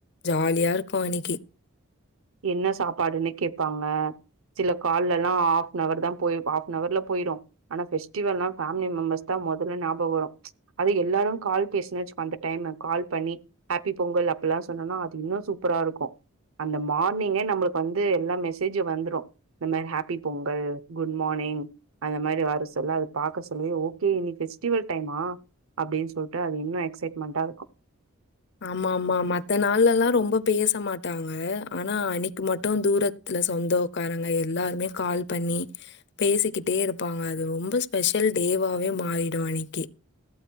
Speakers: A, on the left (about 55°); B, on the right (about 70°).
A: ஜாலியா இருக்கு அன்னைக்கி
B: என்ன சாப்பாடுன்னு கேப்பாங்க சில கால்ல எல்லா ஆஃப்நவர் தா போய் ஆஃப்நவர்ல போயிரு ஆனா ஃபெஸ்டிவெல்லா ஃபேமிலி மெம்பர்ஸ் தா முதல்ல ஞாபகோ வரு அது எல்லாரு கால் பேசுன்ன வச்சுகோ அந்த டைம்மு கால் பண்ணி ஹாப்பி பொங்கல் அப்பல்லா சொன்னேனா அது இன்னு சூப்பரா இருக்கோ அந்த மா ர்னிங்கே நம்மளுக்கு வந்து எல்லா மெசேஜு வந்துரு இந்மாரி ஹாப்பி பொங்கல் குட் மார்னிங் அந்த மாரி வர சொல்ல அது பாக்க சொல்லவே ஓகே இனி ஃபெஸ்டிவல் டைம்மா அப்டின் சொல்ட்டு அது இன்னு எஃஸைட்மெண்டா இருக்கோ
A: ஆமா ஆமா மத்த நாள்லல்லா ரொம்ப பேசமாட்டாங்க ஆனா அன்னைக்கு மட்டும் தூர த்துல சொந்தோ காரங்க எல்லாருமே கால் பண்ணி பேசிக்கிட்டே இருப்பாங்க அது ரொம்ப ஸ்பெஷல் டேவாவே மாறிடு அன்னிக்கி